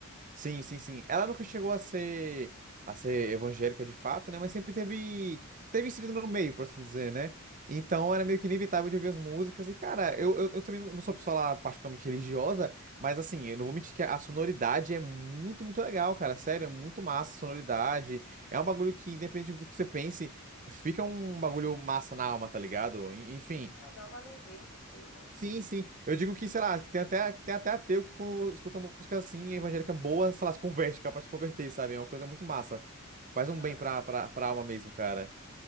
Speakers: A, on the right; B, on the left.
A: sim, sim, sim. Ela nunca chegou a ser a ser evangélica de fato, né? Mas sempre teve teve inserido no meio, por assim dizer, né? Então era meio que inevitável de ouvir as músicas. E, cara, eu, eu, eu também não sou uma pessoa lá particularmente religiosa, mas assim, eu não vou mentir que a sonoridade é muito, muito legal, cara. Sério, é muito massa
B: Sim.
A: a sonoridade. É um bagulho que, independente do que você pense, fica um bagulho massa na alma, tá ligado? En- Enfim.
B: É, dá uma leveza, assim, né?
A: Sim, sim. Eu digo que, sei lá, que tem até, que tem até ateu que quando escuta música assim, evangélica boa, sei lá, se converte, capaz de se converter, sabe? É uma coisa muito massa. Faz um bem
B: Aham.
A: pra, pra, pra alma mesmo, cara.